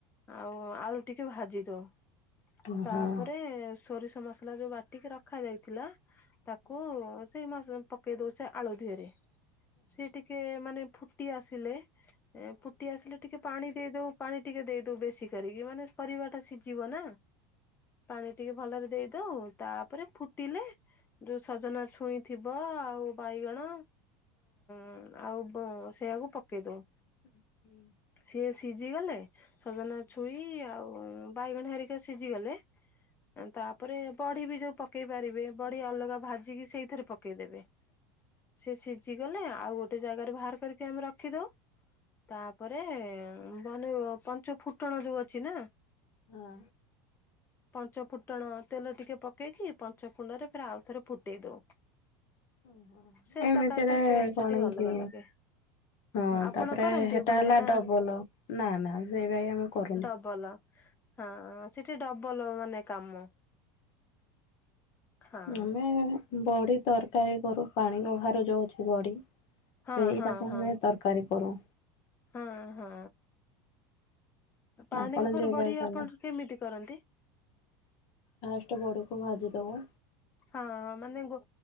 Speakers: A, on the left; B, on the left.
A: ଆଉ ଆଳୁ ଟିକେ ଭାଜି ଦଉ।
B: ହଁ
A: ତାପରେ
B: ଏମିତିରେ
A: ସୋରିଷ ମସଲା ଯୋଉ ବାଟିକି ରଖା ଯାଇଥିଲା ତାକୁ ସେଇ ମାସ ପକେଇ ଦଉ ସେ ଆଳୁ ଦିହରେ। ସେ ଟିକେ ମାନେ ଫୁଟି ଆସିଲେ ଏ ଫୁଟି ଆସିଲେ ଟିକେ ପାଣି ଦେଇଦଉ ପାଣି ଟିକେ ଦେଇଦଉ ବେଶୀ କରିକି ମାନେ ପରିବା ଟା ସିଯିବ ନା। ପାଣି ଟିକେ ଭଲରେ ଦେଇଦଉ ତାପରେ ଫୁ ଟିଲେ ଯୋଉ ସଜନା ଛୁଇଁ ଥିବ ଆଉ ବାଇଗଣ ହୁଁ ଆଉ ବ ସେଇଆକୁ ପକେଇ ଦଉ।
B: ଉଁ ହୁଁ।
A: ସିଏ ସିଝିଗଲେ ସଜନା ଛୁଇଁ ଆଉ ବାଇଗଣ ହେରିକା ସିଜି ଗଲେ ତାପରେ ବଢ଼ି ବି ଯୋଉ ପ ପକେଇ ପାରିବେ ବଢି ଅଲଗା ଭାଜିକି ସେଇଥିରେ ପକେଇଦେବେ ସେ ସିଝି ଗଲେ ଆଉ ଗୋଟେ ଜାଗାରେ ଭାଆର କରିକି ଆମେ ରଖିଦଉ ତା ଏ ବନିବ ପାଞ୍ଚୁ ଫୁଟଣ ଯୋଉ ଅଛି ନା?
B: ହଁ।
A: ପଞ୍ଚ ଫୁଟଣ ତେଲ ଟିକେ ପକେଇକି ପଞ୍ଚ କୁଣ୍ଡରେ ଫେରେ ଆଉ ଥରେ ଫୁଟେଇ ଦଉ।
B: <inaudible> ଓ ହୋ
A: ସେ
B: ଏମିତିରେ
A: ତରକାରୀ ଟା ଟେଷ୍ଟ
B: କଣ
A: ଟା ଟିକେ ଅଲଗା
B: କି
A: ଲାଗେ
B: ହଁ
A: ଆପଣ
B: ତାପରେ
A: କରନ୍ତି
B: ହେ
A: ଏଭଳିଆ
B: ଟା ହେଲା
A: ନା?
B: ଡବଲ ନା ନା ସେଇ ଭାଇ ଆମେ କରୁନି।
A: ବଲ ହଁ ସେଠି ଡବଲ ମାନେ କାମ। ହଁ।
B: ଆମେ ମ ବଡି ତରକାରୀ କରୁ ପାଣି କଖାରୁ ଯୋଉ ଅଛି ବଡି ସେଇଟାକୁ
A: ହଁ ହଁ ହଁ
B: ଆମେ ତର କାରି କରୁ।
A: ହଁ ହଁ ପାଣି
B: ଆପଣ
A: କଖାରୁ
B: ଯୋଉ
A: ବଢି
B: ଭାଇ କଲେ।
A: ଆପଣ କେମିତି କରନ୍ତି?
B: ଫାଷ୍ଟେ ବଡିକୁ ଭାଜି ଦବୁ।
A: ହଁ ମାନେ ଗୋ